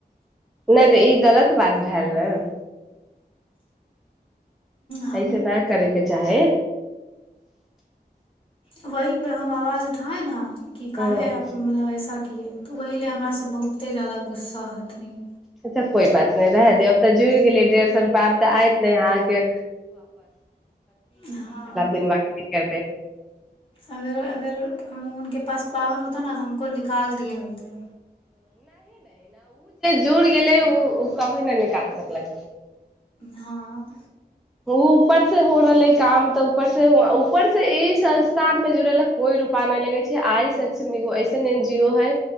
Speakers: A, in the centre; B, on the left.
A: नहि तऽ ई गलत बात भेलए रह
B: हम
A: ऐसे नहि करैके चाहे
B: वह पर हम आवाज उठ थाइल्ड की कहा
A: हँ
B: है मतलब ऐसा किए तऽ ओह ले हमरासँ बहुते जादा गुस्सा हथिनी
A: अच्छा कोई बात नहि रह दे अब तऽ जुड़ गेलै डेढ़ सए रुपैआ तऽ आयत ने यहाँके
B: ह
A: बिन बात करबै
B: अगर अगर उनक पास पावर होत न तऽ हमको निकाल दिए होते
A: जुड़ गेलै ओ ओ कभी नहि निकाल सकलखिन
B: हँ
A: ओ ऊपर से हो रहलै काम तऽ ऊपर से ऊपर से ई संस्थान में जुड़े ला कोई रूपा नहि लगे छै आइ सकोऐस है